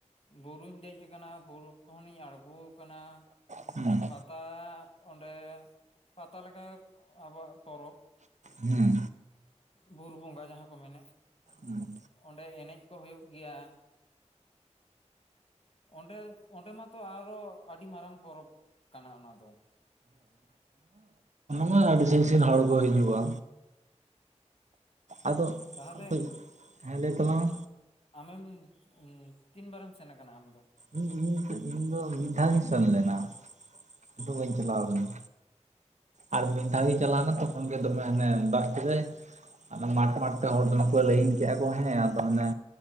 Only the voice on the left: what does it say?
ᱵᱩᱨᱩᱧ ᱫᱮᱡ ᱟᱠᱟᱱᱟ ᱵᱩᱨᱩ ᱠᱷᱚᱱᱤᱧ ᱟᱬᱜᱚ ᱟᱠᱟᱱᱟ
ᱯᱟᱛᱟ ᱚᱸᱰᱮ ᱯᱟᱛᱟ ᱞᱮᱠᱟ ᱟᱵᱚᱣᱟᱜ ᱯᱚᱨᱚᱵᱽ
ᱵᱩᱨᱩ ᱵᱚᱸᱜᱟ ᱡᱟᱦᱟᱸ ᱠᱚ ᱢᱮᱱᱮᱫ
ᱚᱸᱰᱮ ᱮᱱᱮᱡ ᱠᱚ ᱦᱩᱭᱩᱜ ᱜᱮᱭᱟ ᱚᱸᱰᱮ ᱚᱸᱰᱮ ᱢᱟᱛᱚ ᱟᱨᱚ ᱟᱹᱰᱤ ᱢᱟᱨᱟᱝ ᱯᱚᱨᱚᱵᱽ ᱠᱟᱱᱟ ᱚᱱᱟ ᱫᱚ,
ᱛᱟᱦᱚᱞᱮ
ᱟᱢᱮᱢ ᱛᱤᱱ ᱵᱟᱨᱮᱢ ᱥᱮᱱ ᱟᱠᱟᱱᱟ ᱟᱢᱫᱚ